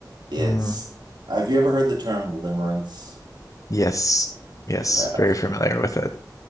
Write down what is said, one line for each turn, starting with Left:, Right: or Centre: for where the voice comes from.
Right: It's
Left: mm,
Right: have you ever heard the term limerence?
Left: yes, yes,
Right: You have.
Left: very familiar with it.